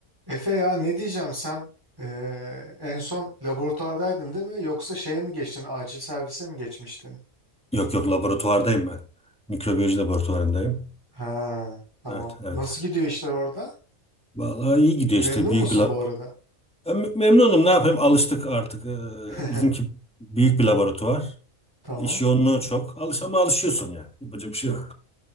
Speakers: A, on the right; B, in the centre.
A: Efe ya ne diyeceğim sen eee, en son laboratuvardaydın değil mi? Yoksa şeye mi geçtin? Acil servise mi geçmiştin?
B: Yok yok laboratuvardayım ben. Mikrobiyoloji laboratuvarındayım.
A: Ha tamam.
B: Evet evet.
A: Nasıl gidiyor işler orada?
B: Vallahi iyi gidiyor
A: Memnun
B: işte büyük
A: musun
B: bir lab.
A: bu arada?
B: Ya, me- Memnunum ne yapayım alıştık artık. Ee,
A: <laughs>
B: bizimki büyük bir laboratuvar.
A: Tamam.
B: İş yoğunluğu çok. Alış ama alışıyorsun yani. Yapacak bir şey yok.